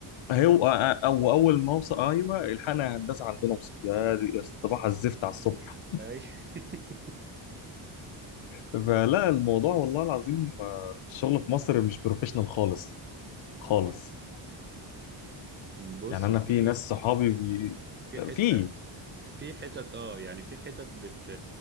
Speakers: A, on the left; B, on the right.
A: هو او اول ما اوصل ايوه الحقنا هندسه عندنا وصل يا دي صباح الزفت على الصبح
B: اي <laughs>
A: فلا الموضوع والله العظيم آه، الشغل في مصر مش بروفيشنال خالص خالص
B: بص
A: يعني انا
B: في
A: في ناس صحابي بي...
B: في حته
A: في
B: في حتت اه يعني في حتت بت